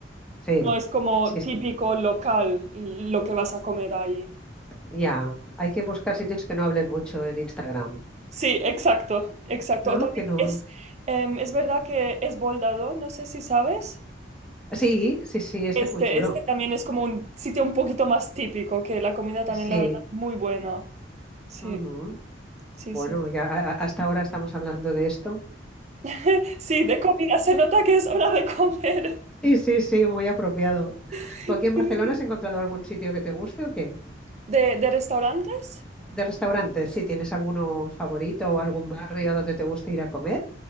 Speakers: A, in the centre; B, on the right (about 35°).
A: sí,
B: No es como
A: sí, sí,
B: típico local lo que vas a comer ahí.
A: ya. Hay que buscar sitios que no hablen mucho en Instagram,
B: Sí, exacto, exacto.
A: ¿no?
B: O también
A: Que no.
B: es, em, es verdad que es Boldado, no sé si sabes.
A: Sí, sí, sí, este
B: Este,
A: es muy chulo.
B: este también es como un sitio un poquito más típico, que la comida también,
A: Sí.
B: la verdad, muy buena. Sí,
A: ujú.
B: sí,
A: Bueno,
B: sí.
A: ya a- a- hasta ahora estamos hablando de esto.
B: <laughs> Sí, de comida, se nota que es hora de comer.
A: Sí, sí, sí, muy apropiado.
B: <laughs>
A: ¿Tú aquí en
B: Sí,
A: Barcelona
B: sí.
A: has encontrado algún sitio que te guste o qué?
B: ¿De, de restaurantes?
A: De restaurantes, si tienes alguno favorito o algún barrio donde te guste ir a comer.